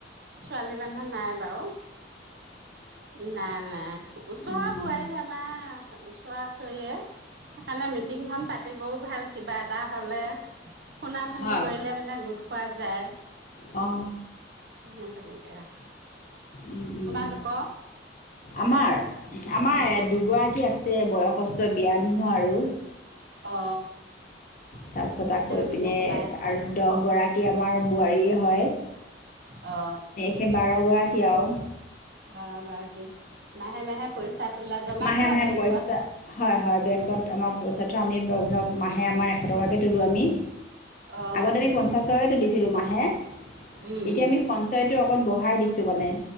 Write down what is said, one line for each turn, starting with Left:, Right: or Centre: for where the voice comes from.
Right: ছোৱালী মানুহ নাই বাৰু নাই নাই চব
Left: উম,
Right: বোৱাৰীয়ে নাই ওচৰা ওচৰিৱে। সেইকাৰণে মিটিংখন পাতিবও ভাল কিবা এটা হ'লে। ফোনা ফোনি
Left: হয়
Right: কৰিলে মানে গোট খোৱা যায়।
Left: অ
Right: উম তেনেকেই
Left: উম, উম।
Right: তোমালোকৰ
Left: আমাৰ আমাৰ
Right: উম,
Left: দুগৰাকী আছে বয়সস্থ বিয়া নোহোৱা আৰু।
Right: অ
Left: তাৰপিছত আকৌ
Right: তেওঁলোকো
Left: এইপিনে
Right: সোমাই আছে
Left: আৰু দহগৰাকী আমাৰ বোৱাৰীয়ে হয়।
Right: অ
Left: সেই বাৰগৰাকী আৰু।
Right: বাৰ গৰাকী মাহে মাহে পইচা তোলা জমা
Left: মাহে
Right: থোৱা
Left: মাহে
Right: বেংকত।
Left: পইচা হয় হয় বেংকত আমাৰ পইচা থও আমি ধৰক মাহে আমাৰ এশ টকাকে তোলোঁ আমি।
Right: অ',
Left: আগতে আমি পঞ্চাশ টকাকে তুলিছিলো মাহে।
Right: উম,
Left: এতিয়া
Right: উম,
Left: আমি সঞ্চয়টো অকণ বঢ়াই দিছো মানে